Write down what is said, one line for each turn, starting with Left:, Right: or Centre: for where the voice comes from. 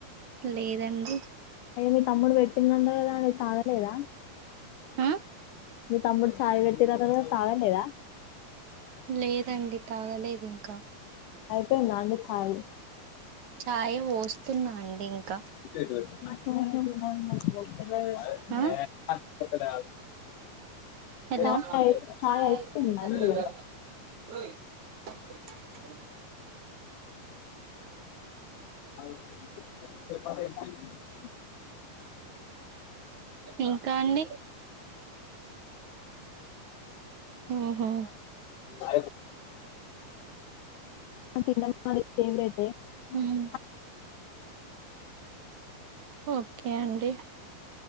Right: లేదండి
Left: అయ్యో మీ తమ్ముడు పెట్టిండంట కదా మీర్ తా లేదా
Right: ఆ
Left: మీ తమ్ముడు చాయ్ పెట్టిరాట గాదా తాగ లేదా
Right: లేదండి తాగలేదు ఇంకా
Left: అయిపోయిందా అండీ చాయ్
Right: చాయ్ పోస్తున్నా అండి ఇంకా
Left: <unintelligible>
Right: ఆ హలో
Left: చాయ్
Right: <unintelligible>
Left: చాయ్ అయిపోయిందా అండి
Right: <unintelligible>
Left: <unintelligible>
Right: ఇంకా అండీ ఉహా
Left: ఆ గిన్నెలు కడిగిన ఏమ్ లేదే స్
Right: హ్మ్ ఓకే అండీ